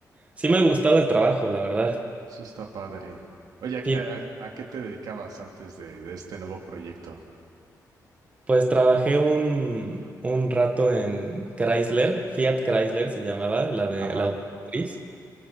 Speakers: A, on the right; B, on the right.
A: sí me ha gustado el trabajo, la verdad.
B: Eso está padre. Oye, ¿a, qué
A: Sí,
B: a- a qué te dedicabas antes de, de este nuevo proyecto?
A: pues trabajé un, un rato en Chrysler, Fiat Chrysler se llamaba, la de
B: Ajá,
A: la automotriz,